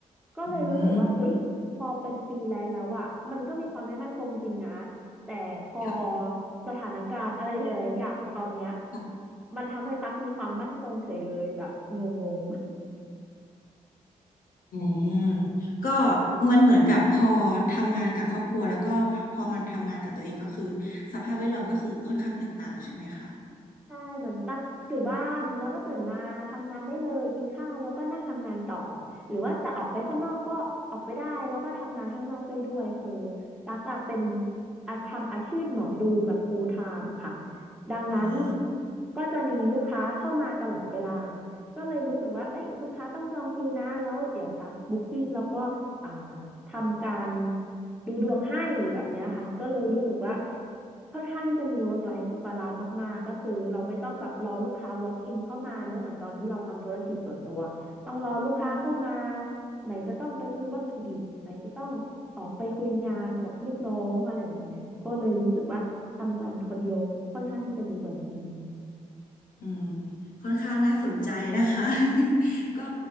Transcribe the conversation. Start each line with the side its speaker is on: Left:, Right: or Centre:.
Centre: ก็เลยรู้สึกว่าเฮ้ยพอเป็นฟรีแลนซ์แล้วอ่ะมันก็มีความไม่มั่นคงจริงนะ
Left: อืม
Centre: แต่พอ
Left: ค่
Centre: สถานการณ์อะไรหลายๆอย่างตอนเนี้ย
Left: ะ
Centre: มันทำให้ตั๊กมีความมั่นคงเฉยเลยแบบงง
Left: อืมก็มันเหมือนกับพอทำงานกับครอบครัวแล้วก็พอมันทำงานกับตัวเองก็คือสภาพแวดล้อมก็คือค่อนข้างแตกต่างใช่ไหมคะ
Centre: ใช่เหมือนตักอยู่บ้านแล้วก็ตื่นมาทำงานได้เลยกินข้าวแล้วก็นั่งทำงานต่อหรือว่าจะออกไปข้างนอกก็ออกไปได้แล้วก็ทำงานข้างนอกได้ด้วยคือตักอะเป็นอาทำอาชีพหมอดูแบบ full time ค่ะดังนั้น
Left: ว้าว
Centre: ก็จะมีลูกค้าเข้ามาตลอดเวลาก็เลยรู้สึกว่าเอ้ยลูกค้าต้องจองคิวนะแล้วเดี๋ยวตักบุ๊กกิ้งแล้วก็อ่าทำการดูดวงให้แบบเนี้ยค่ะก็เลยรู้สึกว่า ค่อนข้างที่จะมี work life balance มากๆก็คือเราไม่ต้องแบบรอลูกค้า walk in เข้ามาเนอะเหมือนตอนที่เราทำธุรกิจส่วนตัวต้องรอลูกค้าเข้ามาไหนจะต้องไปซื้อวัตถุดิบไหนจะต้องออกไปคุยงานกับลูกน้องอะไรแบบเนี้ยก็เลยรู้สึกว่าทำงานคนเดียวค่อนข้างที่จะดีกว่าจริง
Left: อืมค่อนข้างน่าสนใจนะคะ <laughs> ก็